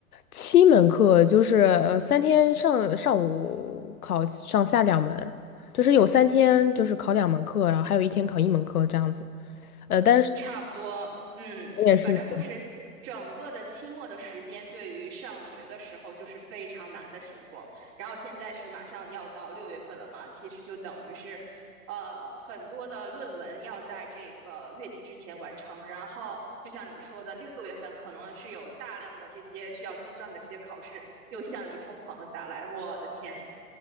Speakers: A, on the left (about 70°); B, on the right (about 30°).
A: 七门课，就是呃三天上上午考上下两门，就是有三天就是考两门课，然后还有一天考一门课这样子，呃，但是
B: 差不多，嗯，
A: 我们也是。
B: 反正就是整个的期末的时间，对于上学的时候就是非常难的时光。然后现在是马上要到六月份了嘛，其实就等于是，呃，很多的论文要在这个月底之前完成。然后就像你说的，六月份可能是有大量的这些需要计算的这些考试，又向你疯狂的砸来，我的天呐，